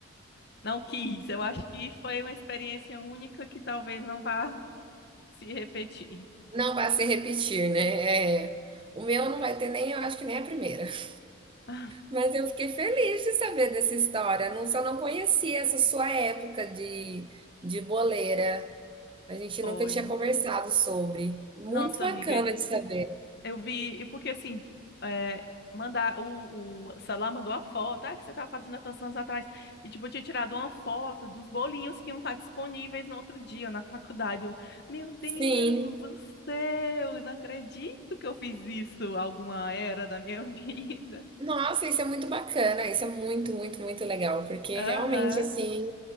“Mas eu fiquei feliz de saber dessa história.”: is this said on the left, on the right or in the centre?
Right